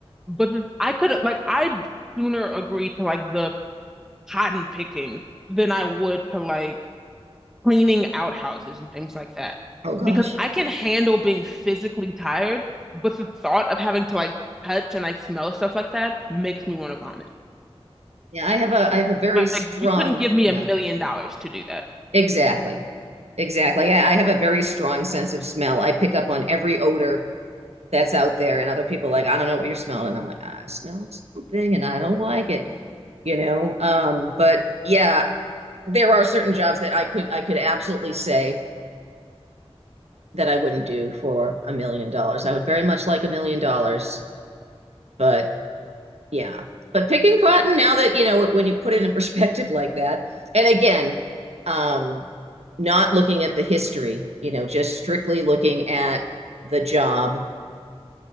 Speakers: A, in the centre; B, on the right.
A: But th- I could like I'd sooner agree to like the cotton picking than I would to like cleaning outhouses and things like that.
B: Oh gosh.
A: Because I can handle being physically tired, but the thought of having to like touch and like smell stuff like that makes me want to vomit.
B: Yeah, I have a I have a very
A: Like
B: strong,
A: you couldn't give me
B: yeah,
A: a million dollars to do that.
B: exactly. Exactly. I, I have a very strong sense of smell. I pick up on every odor that's out there, and other people are like, I don't know what you're smelling. And I'm like, I smell something and I don't like it, you know. Um, but yeah, there are certain jobs that I could I could absolutely say that I wouldn't do for a million dollars. I would very much like a million dollars, but yeah. But picking cotton now that you know when you put it in <laughs> perspective like that, and again, um, not looking at the history, you know, just strictly looking at the job,